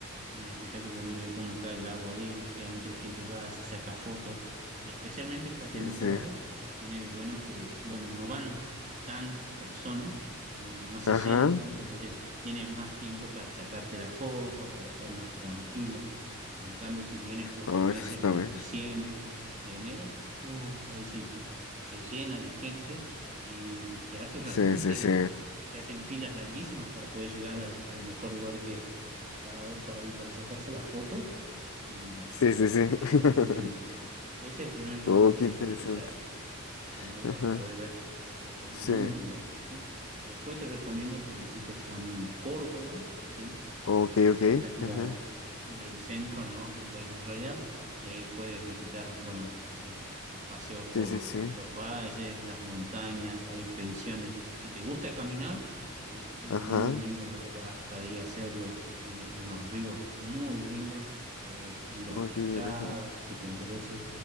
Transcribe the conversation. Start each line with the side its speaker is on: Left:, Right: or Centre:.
Right: es un espectáculo realmente ver cómo cae el agua ahí. Generalmente la gente va, se saca fotos. Y especialmente esta temporada
Left: Sí, sí. sí.
Right: tiene de bueno que, bueno, no van tantas personas, no, no se
Left: Ajá.
Right: llena tanto, entonces tienes más tiempo para sacarte la foto, para estar más tranquilo. En cambio, si vienes por
Left: Oh,
Right: los meses
Left: eso está
Right: de
Left: bien.
Right: diciembre, de enero, uh, ahí sí, eh, se llena de gente y se hace <laughs> realmente,
Left: Sí, sí, sí.
Right: se hacen filas larguísimas para poder llegar al, al mejor lugar que el parador para ir, para sacarse la foto. Y bueno,
Left: Sí, sí, sí.
Right: por
Left: <laughs>
Right: eso te recomiendo. Ese es el primer lugar
Left: Oh,
Right: que tienes
Left: qué interesante.
Right: que visitar como ahí
Left: Ajá.
Right: vas a poder ver fotos
Left: Sí.
Right: muy buenas, ¿sí? Después te recomiendo que visites también Córdoba, ¿sí?
Left: Ok,
Right: Que también
Left: ok.
Right: está como
Left: Ajá.
Right: del centro al norte del país en realidad, y ahí puedes visitar, bueno, un- unos paseos
Left: Sí,
Right: por
Left: sí, sí.
Right: los valles, las montañas, hay expediciones. Si te gusta caminar, es un
Left: Ajá.
Right: muy lindo lugar para, para ir a hacerlo. Tienes unos ríos muy lindos, puedes ir a
Left: Oh,
Right: pescar
Left: qué bien, ajá.
Right: si te interesa.